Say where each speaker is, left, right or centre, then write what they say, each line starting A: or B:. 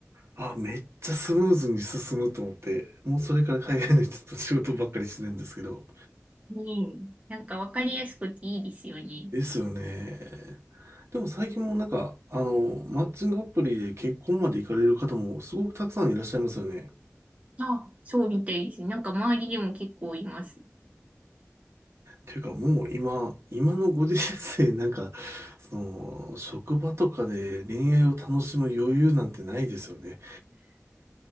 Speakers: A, on the right; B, on the right.
A: あ、めっちゃスムーズに進むと思って、もうそれから海外の人と仕事ばっかりしてるんですけど、
B: うんなんかわかりやすくていいですよね。
A: ですよね。でも最近もなんか、あの、マッチングアプリで結婚まで行かれる方もすごくたくさんいらっしゃいますよね。
B: あ、そうみたいですね。なんか周りでも結構います。<laughs>
A: ていうかもう今、今のご時世なんか、その、職場とかで恋愛を楽しむ余裕なんてないですよね。